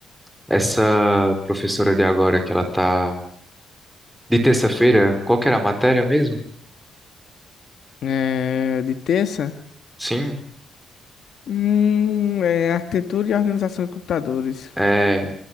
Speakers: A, in the centre; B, on the left (about 65°).
A: essa professora de agora que ela tá de terça-feira, qual que era a matéria mesmo?
B: É, de terça?
A: Sim,
B: Hum, é arquitetura e organização de computadores.
A: é,